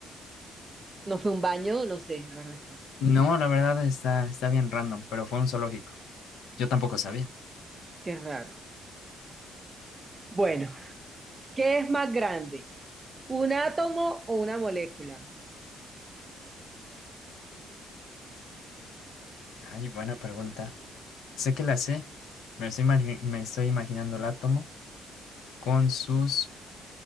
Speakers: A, on the right (about 25°); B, on the left (about 80°).
A: ¿No fue un baño? No sé, la verdad es que no sé.
B: No, la verdad está, está bien random, pero fue un zoológico. Yo tampoco sabía.
A: Qué raro. Bueno, ¿qué es más grande? ¿Un átomo o una molécula?
B: Ay, buena pregunta. Sé que la sé. Me estoy, imagi- me estoy imaginando el átomo con sus...